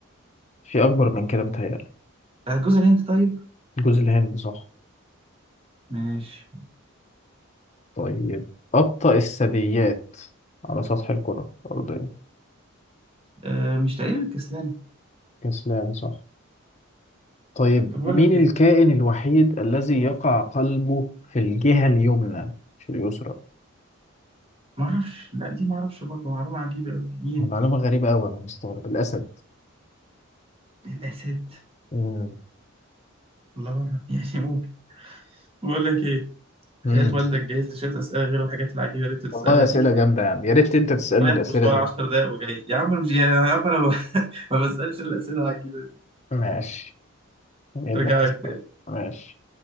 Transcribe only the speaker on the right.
بتاع جوز الهند طيب؟
ماشي
آه، مش تقريبا الكسلان
طب بقول
لك ايه
قول.
ما اعرفش لا دي ما اعرفش برضه معلومه عجيبه قوي يعني
ايه الاسد
الله اعلم <laughs> يعني ممكن بقول لك ايه حياة
والدك جهز لي شوية أسئلة غير الحاجات العجيبة اللي أنت بتسألها
دي
رايح
مشوار
10 دقايق وجاي يا عم أنا مش يعني يا عم أنا ما <laughs> ما بسألش الأسئلة العجيبة دي
أرجع
لك تاني